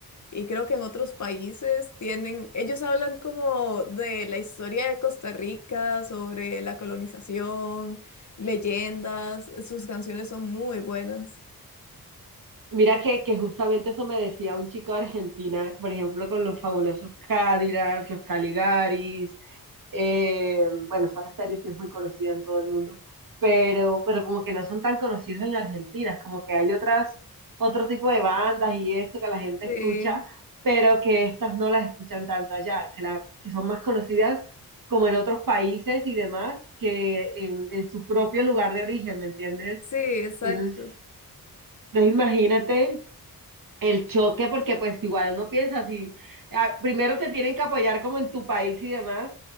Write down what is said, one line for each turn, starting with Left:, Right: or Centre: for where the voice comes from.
Left: y creo que en otros países tienen, ellos hablan como de la historia de Costa Rica, sobre la colonización, leyendas, sus canciones son muy buenas.
Right: Mira que, que justamente eso me decía un chico de Argentina, por ejemplo, con los fabulosos Cádidas, los Caligaris, Eh, bueno, Soda Stereo sí es muy conocida en todo el mundo, pero, pero como que no son tan conocidos en Argentina, es como que hay otras, otro tipo de bandas y esto que la gente
Left: Sí,
Right: escucha, pero que estas no las escuchan tanto allá, que, la, que son más conocidas como en otros países y demás que en, en su propio lugar de origen, ¿me entiendes?
Left: sí, exacto.
Right: Entonces, pues imagínate el choque, porque pues igual uno piensa así, ah, primero te tienen que apoyar como en tu país y demás,